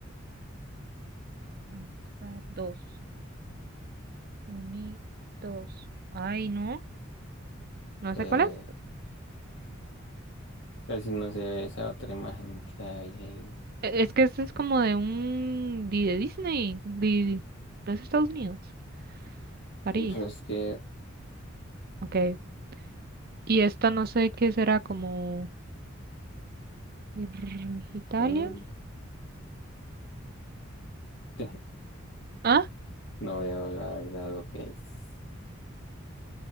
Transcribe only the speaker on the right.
Ahí está. Dos. Unidos. Ay, no. No
sé cuál es.
E- Es que este es como de un... di- de Disney. de de los Estados Unidos. París,
ok. Y esta no sé qué será, como Ir- Italia.
Ah,